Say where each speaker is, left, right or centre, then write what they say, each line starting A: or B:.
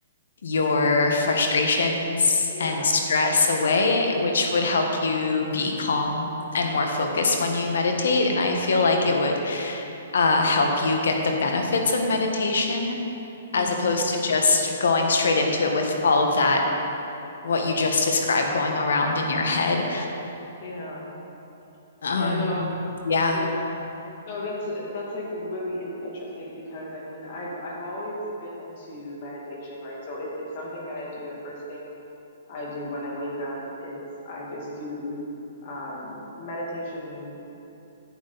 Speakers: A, on the left; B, on the left.
A: your frustrations
B: Yeah.
A: and stress away, which would help you be calm and more focused when you meditate. And I feel like it would uh, help you get the benefits of meditation
B: Hmm.
A: as opposed to just going straight into it with all of that, what you just described going around in your head.
B: Yeah.
A: Um,
B: Yeah, no.
A: yeah,
B: Yeah. No, that's that's like really in interesting because I mean, I've I've always been into meditation, right? So it's it's something that I do. The first thing I do when I wake up is I just do um meditation